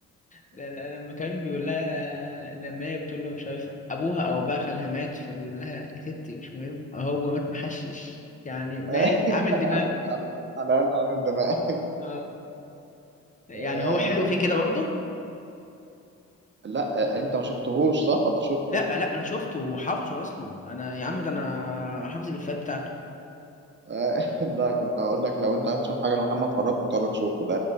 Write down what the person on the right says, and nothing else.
أيوه.
على
على على الأقل عامل دماغ
آه،
لا آه، انت ما شفتهوش صح ولا شفته؟
آه،
<laughs> لا كنت هقول لك لو انت عايز تشوف حاجة لمحمد فراج كنت هقول لك شوفه ده